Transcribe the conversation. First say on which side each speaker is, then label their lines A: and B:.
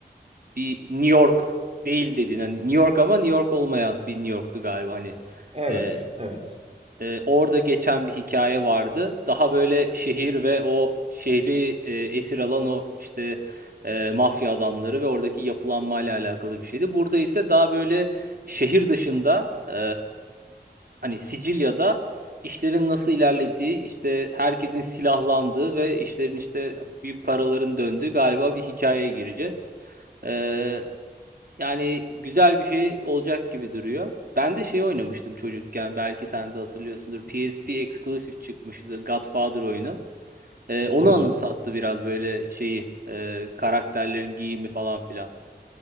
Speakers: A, on the right; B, on the right.
A: bir New York değil dedin. Hani New York ama New York olmayan bir New York'tu galiba hani.
B: Evet,
A: E,
B: evet.
A: ee, orada geçen bir hikaye vardı. Daha böyle şehir ve o şehri e, esir alan o işte e, mafya adamları ve oradaki yapılanmayla alakalı bir şeydi. Burada ise daha böyle şehir dışında e, hani Sicilya'da işlerin nasıl ilerlediği, işte herkesin silahlandığı ve işlerin işte büyük paraların döndüğü galiba bir hikayeye gireceğiz. E, yani güzel bir şey olacak gibi duruyor. Ben de şey oynamıştım çocukken. Belki sen de hatırlıyorsundur. PSP Exclusive çıkmıştı. Godfather oyunu. Ee, onu
B: Tabii.
A: anımsattı biraz böyle şeyi. e, karakterlerin giyimi falan filan.